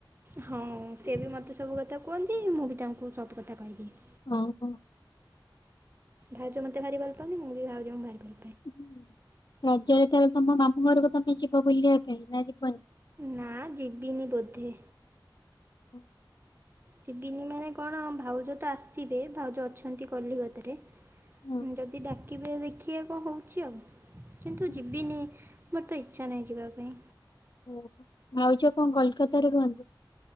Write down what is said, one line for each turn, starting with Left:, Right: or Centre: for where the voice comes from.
Right: ହଁ ସିଏ ବି ମତେ ସବୁ କଥା କୁହନ୍ତି ମୁଁ ବି ତାଙ୍କୁ ସବୁ କଥା କହିଦିଏ।
Left: ଓ ହୋ।
Right: ଭାଉଜ ମତେ ଭାରି ଭଲ ପାନ୍ତି ମୁଁ ବି ଭାଉଜଙ୍କୁ ଭାରି ଭଲ ପାଏ।
Left: ହୁଁ ରଜରେ ତାହଲେ ତମ ମାମୁଁ ଘରକୁ ତମେ ଯିବ ବୁଲିବା ପାଇଁ ନା ଯିବନି।
Right: ନା ଯିବିନି ବୋଧେ।
Left: <unintelligible>
Right: ଯିବିନି ମାନେ କଣ ଭାଉଜ ତ ଆସିଥିବେ ଭାଉଜ ଅଛନ୍ତି କଲିକତା ରେ।
Left: ହଁ
Right: ଯଦି ଡାକି କିନ୍ତୁ ଦେଖିବା କଣ ହଉଛି ଆଉ। କିନ୍ତୁ
Left: ହଁ
Right: ଯିବିନି ମୋର ତ ଇଚ୍ଛା ନାହିଁ ଯିବା ପାଇଁ।
Left: ଓହୋ ଭଉଜ କଣ କୋଲକତା ରେ ରୁହନ୍ତି।